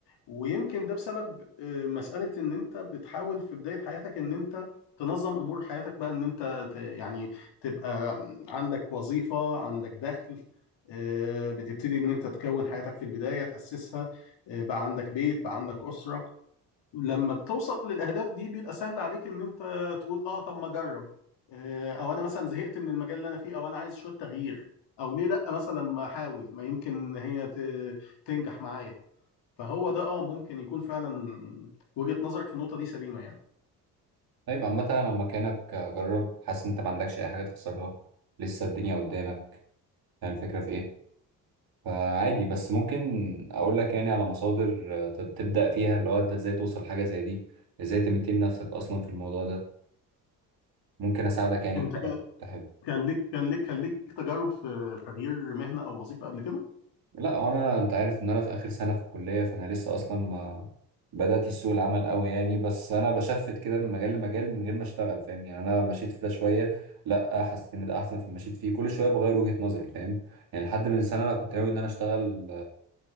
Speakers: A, on the left (about 55°); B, on the right (about 45°).
A: ويمكن ده بسبب آه، مسألة ان انت بتحاول في بداية حياتك ان انت تنظم امور حياتك بقى ان انت ت- يعني تبقى عندك وظيفة عندك دخل آه، بتبتدي ان انت تكون حياتك في البداية تأسسها آه، بقى عندك بيت بقى عندك أسرة لما بتوصل للاهداف دي بيبقى سهل عليك ان انت تقول اه طب ما اجرب آه، او انا مثلا زهقت من المجال اللي انا فيه او انا عايز شويه تغيير او ليه لا مثلا ما احاول ما يمكن هي ت- تنجح معايا فهو ده اه ممكن يكون فعلا وجهة نظرك في النقطه دي سليمه يعني
B: طيب عامه أنا لو مكانك جرب حاسس ان انت ما عندكش اي حاجه تخسرها لسه الدنيا قدامك فاهم الفكره في ايه فعادي بس ممكن اقول لك يعني على مصادر آه، تبدا فيها اللي هو انت ازاي توصل لحاجه زي دي ازاي تمتين نفسك اصلا في الموضوع ده ممكن اساعدك يعني
A: انت
B: بقى
A: كا-
B: لو انت حابب
A: كان ليك كان ليك كان ليك تجارب في تغيير مهنه او وظيفه قبل كده
B: لا هو انا انت عارف ان انا في اخر سنه في الكليه فانا لسه اصلا ما بدات سوق العمل قوي يعني بس انا بشفت كده من مجال لمجال من غير ما اشتغل فاهم يعني انا مشيت في ده شويه لا حسيت ان ده احسن في مشيت فيه كل شويه بغير وجهه نظري فاهم يعني لحد من سنه انا كنت ناوي ان انا اشتغل